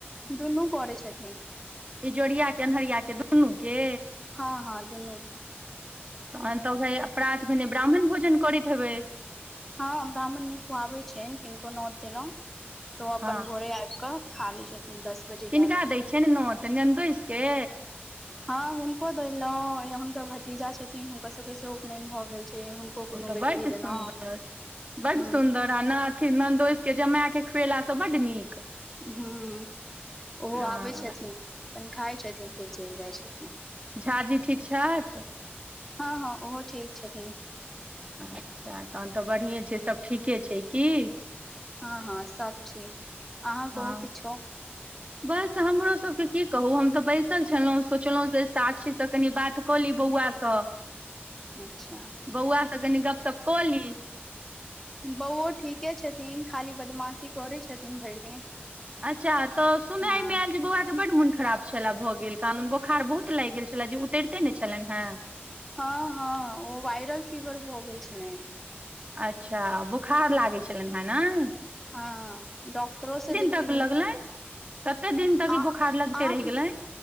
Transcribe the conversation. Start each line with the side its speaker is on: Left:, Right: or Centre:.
Centre: दुनू करै छथिन
Right: इजोरिया के अन्हरिया के दुनू के
Centre: हं हं दुनू के
Right: तहन तऽ भय प्रात भेने ब्राह्मण भोजन करति हेबै
Centre: हं हम ब्राह्मण मे खुआबेै छियनि किनको नोत देलौ तऽ ओ अपन
Right: हँ
Centre: भोरे आइब कऽ खा लै छथिन दस बजे एगारह
Right: किनका
Centre: बजे
Right: दै
Centre: तक
Right: छियनि नोत नंदोइस के
Centre: हं हुनको देलौं या हुनकर भतीजा छथिन हुनका सब के सेहो उपननि भऽ गेल छै कोनो
Right: ओ तऽ
Centre: बेर कहि
Right: बड
Centre: देलहुँ
Right: सुन्दर बड
Centre: ह
Right: सुन्दर नाथिन नन्दोस के जमाय के खुएलासँ बड्ड नीक
Centre: हुँ ओहो
Right: हँ
Centre: आबै छथिन अपन खाय छथिन फेर चलि जाय छथिन
Right: झा जी ठीक छथि
Centre: हं हं ओहो ठीक छथिन
Right: अच्छा तहन तऽ बढ़िएं छै सब ठीके छै की
Centre: हं हं सब ठीक आहाँ
Right: हँ
Centre: कहू किछो
Right: बस हमरो सबके की कहू हम तऽ बसिल छेलौ सोचलौ से साक्षी से कनी बात कली बौआ स
Centre: अच्छा
Right: बौआ से कनी गपशप कऽ ली
Centre: बौओ ठीके छथिन खाली बदमाशी करै छथिन भरि दिन
Right: अच्छा तऽ सुनै
Centre: हँ
Right: मे एल जे बौआ के बड मुन खराब छला भऽ गेल कहादुन बोखार बहुत लाइग गेल छले जे उतरिते ने छेलनि हें
Centre: हं हं ओ वायरल फीवर भऽ गेल छेलनि
Right: अच्छा बोखार लागै छेलनि हेँ नय
Centre: हं हं डॉक्टरो से देखेल
Right: तक लगलनि कते दिन तक ई
Centre: आ
Right: बोखार लगिते
Centre: आठ
Right: रहि गेलनि